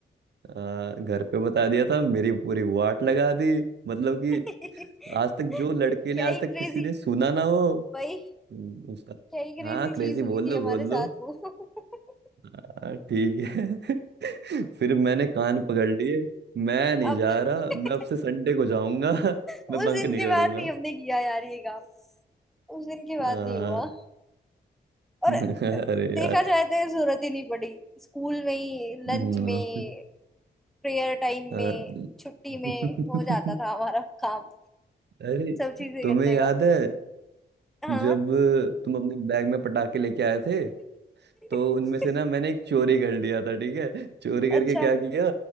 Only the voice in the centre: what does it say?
<laughs>
क्या
ही
क्रेजी
भाई
क्या ही क्रेजी
चीज
हुई
थी
हमारे
साथ
वो <laughs>
अब
<laughs>
उस
दिन
के
बाद नहीं हमने किया यार ये काम उस दिन के बाद
नहीं हुआ और
अ,
देखा
जाए तो ये जरूरत ही नहीं पड़ी स्कूल में ही लंच
में प्रेयर टाइम
में छुट्टी
में हो जाता था हमारा काम
सब चीजें
करने
का
हाँ
<laughs>
अच्छा